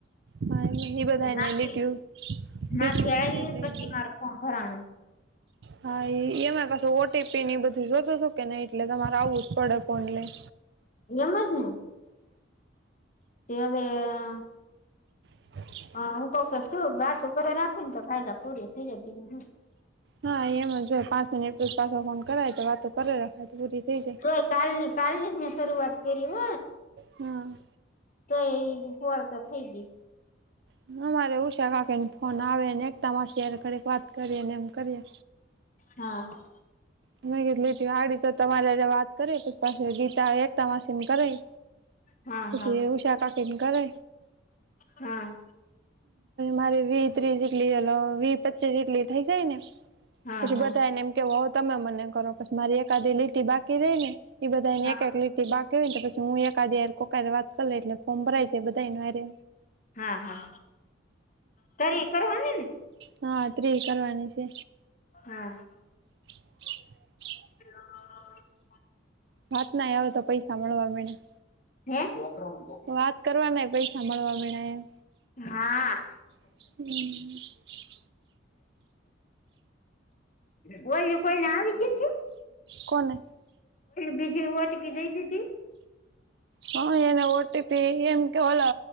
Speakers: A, on the right; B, on the left.
A: ભાઈ ને ઇ બધા
B: નાથી
A: ને લીટીયું. <inaudible> લીટીયું
B: નાથી
A: પુરી
B: આવી
A: થઈ
B: પછી
A: ગઈ.
B: મારું ફોર્મ ભરાણું
A: હા એ એમાં પાસુ ઓટી પી એ બધું જોતો હતું કે નઈ એટલે તમારે આવું જ પડે. ઓનલાઇન.
B: એમજ ને તે હવેઆ આ
A: <inaudible>
B: હા હું તોકે શું વાતો કરે રાખું ને તો કાયદા પૂરી થઇ જાય બીજું હું
A: હા એમ જ હોય જો પાંચ મિનિટ પશી પાછો ફોન કરાય તો વાતો કરે રાખે તો પૂરી થઈ જાય
B: તોય કાલની કાલની જ મે શરૂઆત કરી હ
A: હમ્મ.
B: તો એ ફોર તો થઈ ગઈ.
A: હમ્મ મારે એવું છે કાકીને ફોન આવેને એકતા માસી ઘડીક વાત કરી ને એમ કરીએ.
B: હા.
A: <unintelligible> હાડી તો તમારેે વાત કરી અને પાછી ગીતા એકતા માસીને કરવી
B: હા
A: પછી
B: હા
A: ઉષા કાઠીન કરે.
B: હા.
A: મારે વી ત્રીસ જેટલી વી પચીસ જેટલી થઇ જાય ને.
B: હા
A: પછી
B: હા
A: બધાને એમ કેવા તમે મને કરો પછી મારી એકાધ લીટી બાકી રહી ને. એ બધા ને
B: હા
A: એક લીટી બાકી કેને પછી હું એક આદે કોક વાત કરી એટલે ફોર્મ ભરાય જાય છે તો હારે
B: હા હા તરી એ કરવાની ને
A: હા એ કરવાની છે.
B: હા.
A: <inaudible>
B: <inaudible>
A: વાત ના આવે તો પૈસા મળવા લાગ્યા
B: <unintelligible>
A: વાત કરવા પૈસા મળવા માંડ્યા એમ
B: હા.
A: <inaudible>
B: કોઈ કોઈને આવ્યું તું
A: કોને
B: દઈ દીધી <unintelligible>
A: હા એને ઓટીપી એમ કે ઓલો